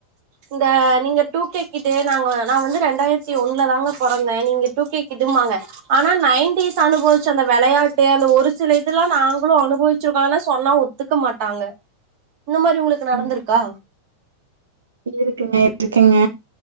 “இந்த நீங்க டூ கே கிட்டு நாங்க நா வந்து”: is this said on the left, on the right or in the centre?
Right